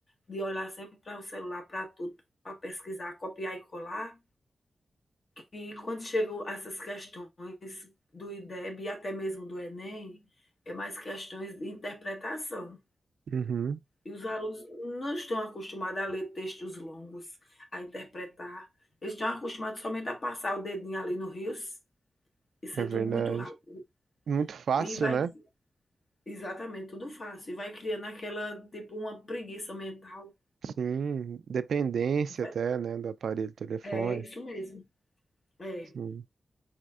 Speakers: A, on the left (about 45°); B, on the right (about 75°).
A: de olhar sempre para o celular, para tudo, para pesquisar, copiar e colar. E quando chegam essas questões do IDEB e até mesmo do Enem, é mais questões de interpretação.
B: Uhum,
A: E os alunos não estão acostumados a ler textos longos, a interpretar. Eles estão acostumados somente a passar o dedinho ali no rios e ser
B: é verdade.
A: tudo muito rápido.
B: Muito fácil,
A: E vai,
B: né?
A: exatamente, tudo fácil. E vai criando aquela, tipo, uma preguiça mental.
B: Sim, dependência
A: É
B: até, né, do aparelho telefone.
A: é isso mesmo. É.
B: Sim.